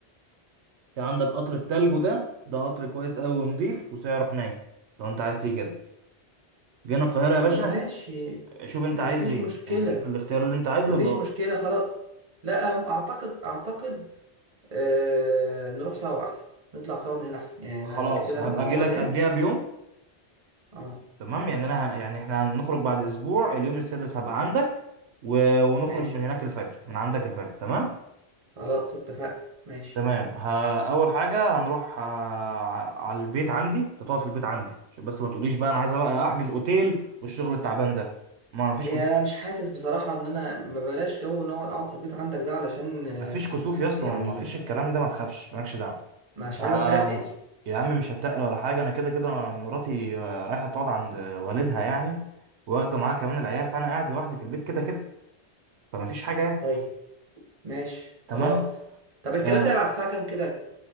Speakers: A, on the right (about 80°); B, on the right (about 40°).
A: في عندك قطر التلج ده ده قطر كويس قوي ونضيف وسعره حنين لو انت عايز تيجي كده جينا القاهره يا باشا
B: ماشي
A: شوف انت
B: مفيش
A: عايز ايه
B: مشكله
A: يعني شوف الاختيار اللي انت عايزه
B: مفيش
A: يبقى قول
B: مشكله خلاص لا أم- اعتقد اعتقد آه نروح سوا بقى احسن نطلع سوا من هنا احسن يعني
A: خلاص
B: انا كده كده
A: هبقى
B: نبقى مع
A: اجي
B: بعض
A: لك
B: هنا
A: قبلها بيوم
B: اه
A: تمام يعني انا ه- يعني احنا هنخرج بعد اسبوع اليوم السادس هبقى عندك و... ونخرج
B: ماشي
A: من هناك الفجر من عندك الفجر تمام
B: خلاص اتفقنا ماشي
A: تمام ها اول حاجه هنروح آه، ع- على البيت عندي انت تقعد في البيت عندي عشان بس ما تقوليش بقى انا عايز احجز اوتيل والشغل التعبان ده ما فيش
B: يا
A: كسوف
B: مش حاسس بصراحة ان انا ما بلاش جو نقعد اقعد في البيت عندك ده علشان آه،
A: ما فيش كسوف يا اسطى
B: يعني
A: ما فيش الكلام ده ما تخافش مالكش دعوه
B: مش
A: آه
B: عايز اتقل
A: يا عم مش هتقل ولا حاجه انا كده كده مراتي آه، رايحه تقعد عند والدها يعني واخده معاها كمان العيال فانا قاعد لوحدي في البيت كده كده فما فيش حاجه يعني.
B: طيب ماشي
A: تمام
B: خلاص طب الكلام
A: آه،
B: ده يبقى على الساعة كام كده